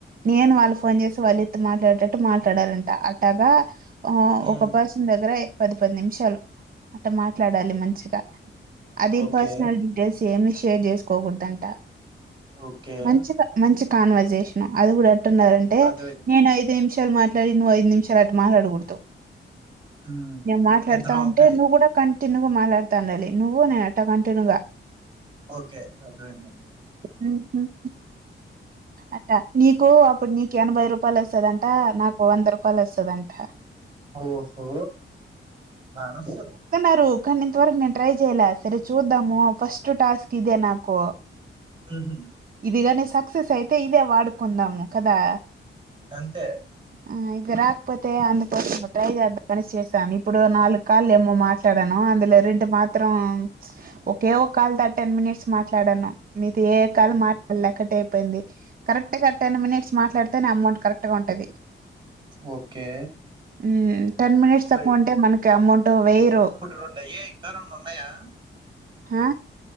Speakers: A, on the right; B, on the right.
A: నేను వాళ్ళు ఫోన్ చేస్ వాళ్ళ ఎత్తు మాట్లాడేటట్టు మాట్లాడాలంట అట్టగా ఆ
B: హ్మ్.
A: ఒక పర్సన్ దగ్గరే పది పది నిమిషాలు అట్ట మా ట్లాడాలి మంచిగా అదే
B: ఓకే.
A: పర్సనల్ డీటెయిల్స్ ఏమి షేర్ చేసుకోకూడదంట
B: ఓకే.
A: మంచిగా మంచి కాన్వర్జేషన్ అది కూడా అంటున్నారంటే
B: అర్థమైంది
A: నేను ఐదు నిమిషం ఇద్దరు మాట్లాడి నువ్వు ఐదు నిమిషాలు అటు మాట్లాడకూడదు
B: ఉమ్
A: నేను మాట్లాడుతా
B: ఇద్దరు
A: ఉంటే
B: ఓకే
A: నువ్వు కూడా కంటిన్యూ గా మాట్లాడతండలి నువ్వు నేన్ <unintelligible> కంటిన్యూ గా
B: ఓకే అర్థమైంది అర్థమైంది
A: మ్మ్ మ్మ్ అట్ట నీకు అప్పుడు నీకు ఎనభై రూపాయలు వస్తదంట నాకు వంద రూపాయలు వస్తదంట
B: ఓహో బానే వస్తది
A: న్నారు కానీ ఇంతవరకు నేను ట్రై చేయల సరే చూద్దాము ఫస్ట్ టాస్క్ ఇదే నాకు
B: ఊహూ
A: ఇది గాని సక్సెస్ అయితే ఇదే వాడుకుందాము కదా
B: అంతే
A: ఆ ఇది రాకపోతే అందుకోసం ట్రై చేద్దామని చేశాను ఇప్పుడు నాలుగు కాల్లు ఏమో మాట్ మాట్లాడాను అందులో రెండు మాత్రం ఒకే ఒక కాల్ ద టెన్ మినిట్స్ మాట్లాడాను మీతో ఏ కాల్ మాట్లాడలే కట్ అయిపోయింది కరెక్ట్ గా టెన్ మినిట్స్ మాట్లాడితేనే అమౌంట్ కరెక్ట్ గా ఉంటది
B: ఓకే
A: హ్మ్ టెన్ మినిట్స్ తక్కువుంటే
B: మరి
A: మనకి అమౌంట్ అటు వేయరు
B: ఇప్పుడు రెండయ్యాయి ఇంకా రెండు ఉన్నాయా
A: హా